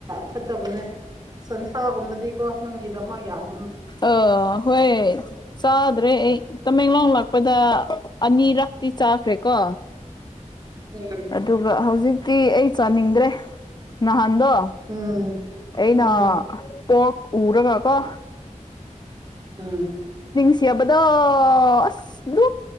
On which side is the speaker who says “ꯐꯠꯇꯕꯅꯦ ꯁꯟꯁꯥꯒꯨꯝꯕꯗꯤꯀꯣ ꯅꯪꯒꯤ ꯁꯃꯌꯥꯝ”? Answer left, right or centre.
Right